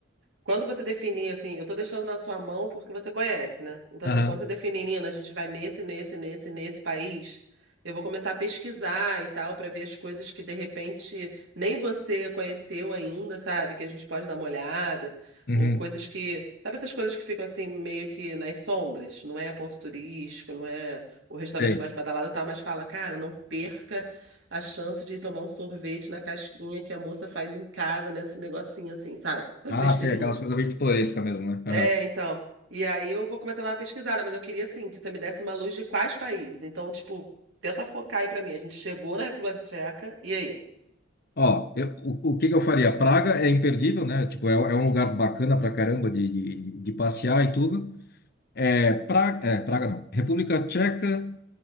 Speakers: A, on the right (about 65°); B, on the left (about 50°).
A: Quando você definir, assim, eu tô deixando na sua mão porque você conhece, né? Então,
B: Aham.
A: assim, quando você definir, Nina, a gente vai nesse, nesse, nesse, nesse país, eu vou começar a pesquisar e tal, pra ver as coisas que de repente nem você conheceu ainda, sabe? Que a gente pode dar uma olhada,
B: Uhum.
A: ou coisas que. Sabe essas coisas que ficam assim, meio que nas sombras? Não é ponto turístico, não é o restaurante
B: Sei.
A: mais badalado, tá? Mas fala, cara, não perca a chance de ir tomar um sorvete na casquinha que a moça faz em casa, nesse negocinho assim, sabe? Essas
B: Ah,
A: besteirinhas.
B: sim, aquelas coisas bem pitorescas mesmo, né?
A: É,
B: Aham.
A: então. E aí eu vou começar a dar uma pesquisada, mas eu queria, assim, que você me desse uma luz de quais países. Então, tipo, tenta focar aí pra mim. A gente chegou na República Tcheca, e aí?
B: Ó, eu- o, o que que eu faria? Praga é imperdível, né? Tipo, é, é um lugar bacana pra caramba de, de, de passear e tudo. É, Praga, é, Praga não. República Tcheca,